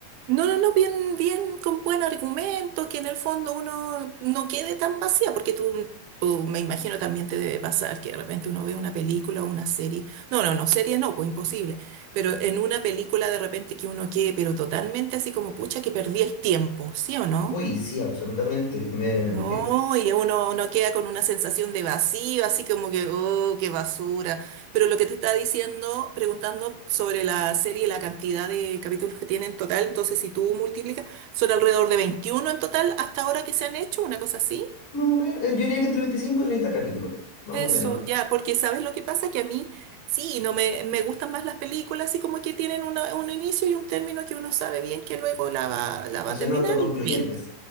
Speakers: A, on the right (about 85°); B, on the left (about 65°).
A: No, no, no, bien, bien, con buen argumento, que en el fondo uno no quede tan vacía, porque tú, tú me imagino también te debe pasar que de repente uno ve una película o una serie. No, no, no, serie no, pues imposible. Pero en una película de repente que uno quede, pero totalmente así como, pucha, que perdí el tiempo, ¿sí o no?
B: Uy, sí, absolutamente. Me...
A: No,
B: <laughs>
A: y uno, uno queda con una sensación de vacío, así como que, oh, qué basura. Pero lo que te estaba diciendo, preguntando sobre la serie, la cantidad de capítulos que tiene en total, entonces si tú multiplicas, son alrededor de 21 en total hasta ahora que se han hecho, una cosa así.
B: Más o menos, yo diría que entre 25 y 30 capítulos, más
A: Eso,
B: o menos,
A: ya, porque ¿sabes lo que pasa? Que a mí sí, no me, me gustan más las películas, así como que tienen una- un inicio y un término que uno sabe bien que luego la va, la
B: que
A: va a
B: son
A: terminar
B: autoconcluyentes.
A: y listo.